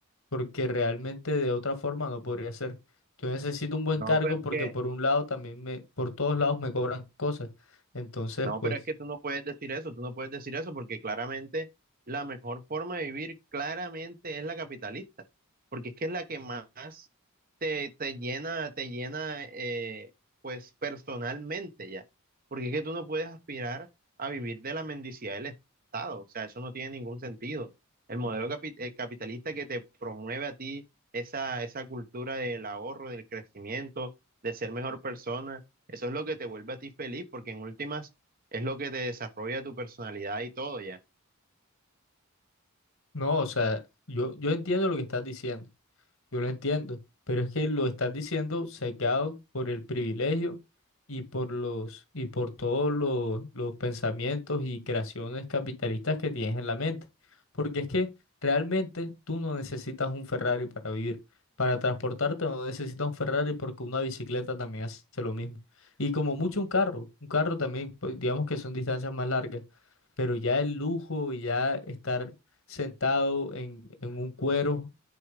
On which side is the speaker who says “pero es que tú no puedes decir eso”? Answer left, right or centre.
Right